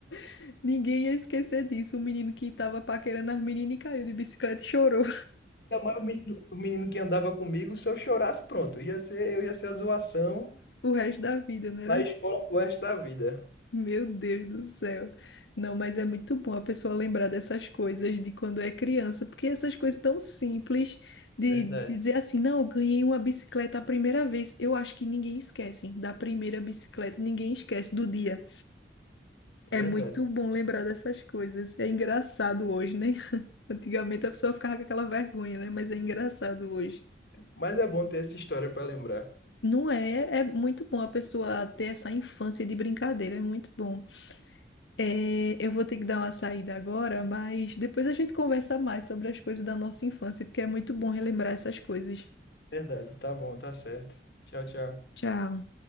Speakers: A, on the left; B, on the left.
A: <laughs> ninguém ia esquecer disso. O menino que tava paquerando as meninas e caiu de bicicleta e chorou
B: Ainda mais o menino, o menino que andava comigo, se eu chorasse, pronto, ia ser, eu ia ser a zoação
A: <laughs> o resto da vida, né?
B: na escola pro resto da vida.
A: Meu Deus do céu. Não, mas é muito bom a pessoa lembrar dessas coisas de quando é criança, porque essas coisas tão simples de,
B: Verdade,
A: de dizer assim, não, eu ganhei uma bicicleta a primeira vez. Eu acho que ninguém esquece, hein, da primeira bicicleta, ninguém esquece do dia. É
B: verdade.
A: muito bom lembrar dessas coisas. É engraçado hoje, né? <laughs> Antigamente a pessoa ficava com aquela vergonha, né? Mas é engraçado hoje.
B: Mas é bom ter essa história para lembrar.
A: Não é? É muito bom a pessoa ter essa infância de brincadeira, é muito bom. É, eu vou ter que dar uma saída agora, mas depois a gente conversa mais sobre as coisas da nossa infância, porque é muito bom relembrar essas coisas.
B: Verdade, tá bom, tá certo. Tchau, tchau.
A: Tchau.